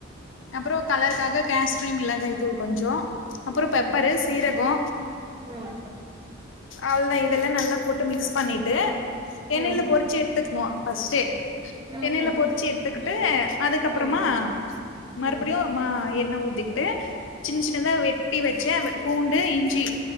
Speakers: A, on the left; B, on the right.
A: அப்றோ கலருக்காக கஷ்ட்ரீ மிளகாய்தூள் கொஞ்சோ அப்றோ பெப்பரு
B: ம்
A: சீரகோ
B: ம்
A: அதுதா இதெல்லா நல்லா போட்டு மிக்ஸ் பண்ணிட்டு எண்ணெய்ல
B: ம்
A: பொறிச்சு எடுத்துக்கனு ஃபஸ்டே
B: ம் ம்
A: எண்ணெய்ல பொறிச்சு எடுத்துக்கிட்டு அதுக்கப்புறமா
B: ம்
A: மறுபடியு
B: ம்
A: மா எண்ணெ ஊத்திக் கிட்டு சின் சின்னதா வெட்டி வச்ச பூண்டு இஞ்சி